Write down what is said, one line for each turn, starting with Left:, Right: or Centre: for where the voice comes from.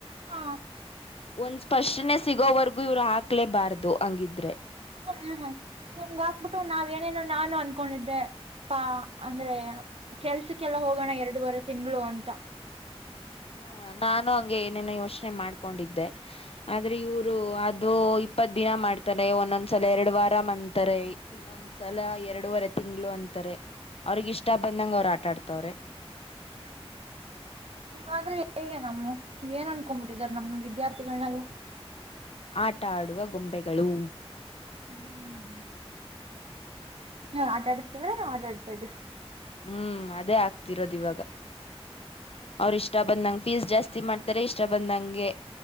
Right: ಹಾ.
Left: ಒಂದ್ ಸ್ಪಷ್ಟನೆ ಸಿಗೋವರ್ಗೂ ಇವ್ರು ಹಾಕ್ಲೇಬಾರ್ದು ಹಂಗಿದ್ರೆ.
Right: ಹ ಹ್ಮ್ ನಮ್ಗ ಹಾಕ್ಬಿಟ್ಟು ನಾವ್ ಏನೇನೋ ನಾನು ಅನ್ಕೊಂಡಿದ್ದೆ. ಾ ಅಂದ್ರೆ ಕೆಲ್ಸಕ್ಕೆಲ್ಲ ಹೋಗೋಣ ಎರಡುವರೆ ತಿಂಗಳು ಅಂತ.
Left: ಹ್ಮ ನಾನು ಹಂಗೆ ಏನೇನ ಯೋಚನೆ ಮಾಡ್ಕೊಂಡಿದ್ದೆ ಆದ್ರೆ ಇವರು ಅ. ಇದು ಇಪ್ಪತ್ ದಿನ ಮಾಡ್ತಾರೆ ಒಂದೊಂದ್ಸಲ ಎರಡು ವಾರ ಮಂತಾರೆ ಇನ್ನೊಂದ್ಸಲ ಎರಡು ವಾರ. ತಿಂಗಳು ಅಂತಾರೆ ಅವ್ರಗ ಇಷ್ಟ ಬಂದಂಗ ಅವ್ರ ಆಟಾಡ್ತವ್ರೆ.
Right: ಹವಾದ್ರೆ ಹೇಗೆ ನಮ್ಮ ಏನ್ ಅನ್ಕೊಬಿಟ್ಟಿದಾರ ನಮ್ ವಿದ್ಯಾರ್ಥಿಗಳನೆಲ್ಲ.
Left: ಆಟ ಆಡುವ ಗೊಂಬೆಗಳು.
Right: ಹ್ಮ್್ಮ. ನೀ ಆಟಾಡತದ್ರ ನಾ ಆಟಾಡ್ತದೆ.
Left: ಹ್ಮ್ ಅದೇ ಆಗ್ತಿರೋದು ಇವಾಗ. ಅವ್ರ ಇಷ್ಟ ಬಂದಂಗಗೆ ಫೀಸ್ ಜಾಸ್ತಿ ಮಾಡ್ತಾರೆ ಇಷ್ಟ ಬಂದಂಗೆ.